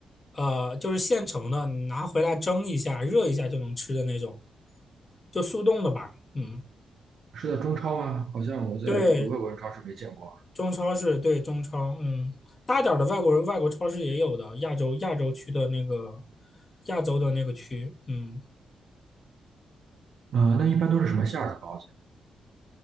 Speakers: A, on the left; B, on the right.
A: 呃，就是现成的，你拿回来蒸一下、热一下就能吃的那种，就速冻的吧。嗯，
B: 是在中超吗？好像我在这个外国人超市没见过。
A: 对，中超市，对中超，嗯，大点儿的外国外国超市也有的，亚洲亚洲区的那个亚洲的那个区，嗯，
B: 啊、那一般都是什么馅儿的包子？